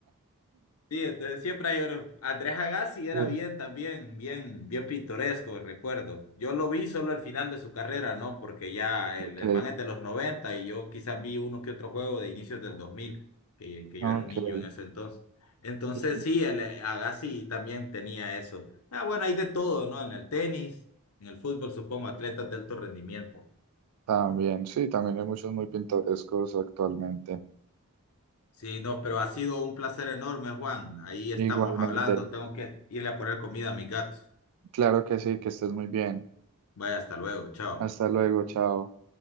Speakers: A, on the left (about 70°); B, on the right (about 85°).
A: Sí, entonces siempre hay oro. Andrés Agassi era
B: Sí,
A: bien también, bien, bien pintoresco, recuerdo. Yo lo vi solo al final de su carrera, ¿no? Porque ya el,
B: Ok,
A: el man es de los 90 y yo quizás vi uno que otro juego de inicios del dos mil que, que yo
B: ok.
A: era un niño en ese entonces. Entonces
B: Y
A: sí, el eh, Agassi también tenía eso. Ah, bueno, hay de todo, ¿no? En el tenis, en el fútbol, supongo, atletas de alto rendimiento.
B: también, sí, también hay muchos muy pintorescos actualmente.
A: Sí, no, pero ha sido un placer enorme, Juan. Ahí estamos
B: Igualmente,
A: hablando. Tengo que irle a poner comida a mis gatos.
B: claro que sí, que estés muy bien.
A: Vaya, hasta luego, chao.
B: Hasta luego, chao.